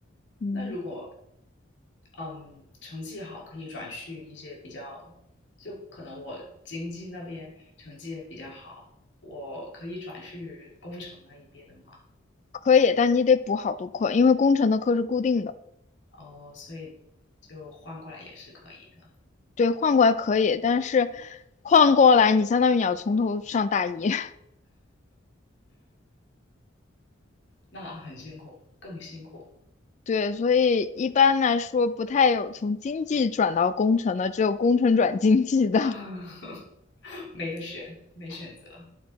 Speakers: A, on the left; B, on the left.
A: 嗯，
B: 那如果嗯成绩好，可以转去一些比较，就可能我经济那边成绩也比较好，我可以转去工程那一边的嘛。
A: 可以，但你得补好多课，因为工程的课是固定的。
B: 哦，所以就换过来也是可以的。
A: 对，换过来可以，但是换过来你相当于你要从头上大一。<laughs>
B: 那很辛苦，更辛苦，
A: 对，所以一般来说不太有从经济转到工程的，只有工程转经济的。
B: <laughs> 没得选，没选择。